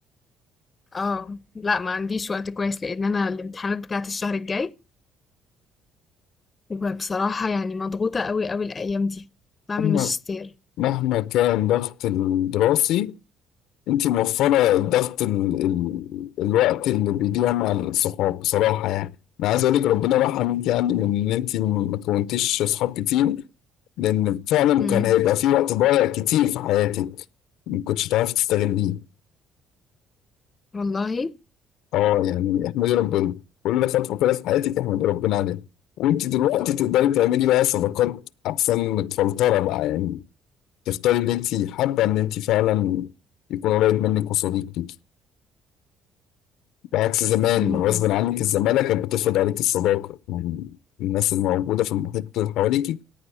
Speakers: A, on the left; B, on the left.
A: اه لا ما عنديش وقت كويس لان انا الامتحانات بتاعت الشهر الجاي وبصراحة يعني مضغوطة قوي قوي الايام دي بعمل
B: مهما
A: ماجستير
B: مهما كان ضغط الدراسي انتي موفرة ضغط ال... ال... الوقت اللي بيضيع مع الصحاب بصراحة يعني انا عايز اقول لك ربنا رحمك يعني من ان انتي ما كونتيش صحاب كتير لان فعلا
A: إمم،
B: كان هيبقى في وقت ضايع كتير في حياتك ما كنتش تعرفي تستغليه
A: والله!
B: اه يعني احمدي ربنا كل خطوة كده في حياتك احمدي ربنا عليها وانت دلوقتي تقدري تعملي بقى صداقات احسن متفلترة بقى يعني تختاري اللي انت حابة ان انت فعلا يكون قريب منك وصديق ليكي بعكس زمان
A: إمم،
B: غصب عنك الزمالة كانت بتفرض عليك الصداقة يعني الناس الموجودة في المحيط اللي حواليك